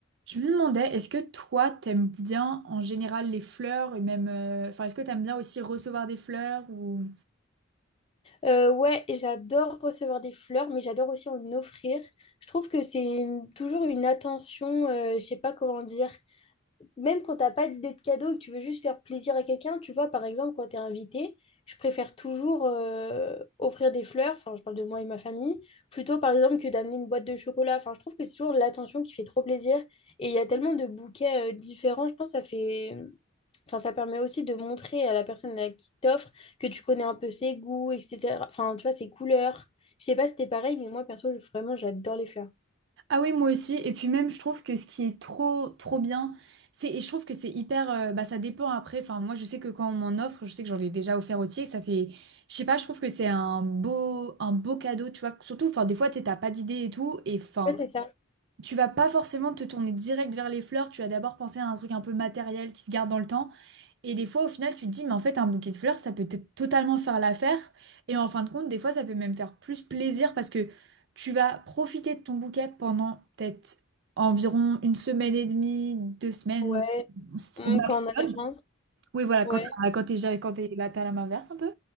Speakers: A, on the right; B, on the left.
A: Je me demandais, est-ce que toi, t'aimes bien en général les fleurs et même, euh, enfin, est-ce que t'aimes bien aussi recevoir des fleurs ou...
B: Euh, ouais, et j'adore recevoir des fleurs, mais j'adore aussi en offrir. Je trouve que c'est une- toujours une attention, euh, je sais pas comment dire. Même quand t'as pas d'idée de cadeau et que tu veux juste faire plaisir à quelqu'un, tu vois, par exemple, quand t'es invité, je préfère toujours euh, offrir des fleurs, enfin, je parle de moi et ma famille, plutôt par exemple que d'amener une boîte de chocolat. Enfin, je trouve que c'est toujours l'attention qui fait trop plaisir. Et il y a tellement de bouquets euh, différents, je pense que ça fait. Enfin, ça permet aussi de montrer à la personne à qui t'offre que tu connais un peu ses goûts, etc. Enfin, tu vois, ses couleurs. Je sais pas si c'était pareil, mais moi, perso, je- vraiment, j'adore les fleurs.
A: Ah oui, moi aussi. Et puis même, je trouve que ce qui est trop, trop bien, c'est, et je trouve que c'est hyper, euh, bah, ça dépend après. Enfin, moi, je sais que quand on m'en offre, je sais que j'en ai déjà offert aussi, et que ça fait, je sais pas, je trouve que c'est un beau, un beau cadeau, tu vois. Surtout, enfin, des fois, t'es- t'as pas d'idée et tout, et enfin.
B: Ouais, c'est ça.
A: Tu vas pas forcément te tourner direct vers les fleurs, tu vas d'abord penser à un truc un peu matériel qui se garde dans le temps. Et des fois, au final, tu te dis, mais en fait, un bouquet de fleurs, ça peut peut-être totalement faire l'affaire. Et en fin de compte, des fois, ça peut même faire plus plaisir parce que tu vas profiter de ton bouquet pendant peut-être environ une semaine et demie, deux semaines
B: Ouais. Mm,
A: au maximum.
B: Quand on a de la chance.
A: Oui, voilà,
B: Ouais.
A: quand t'as- quand t'es ja- quand t'es là, t'as la main verte un peu.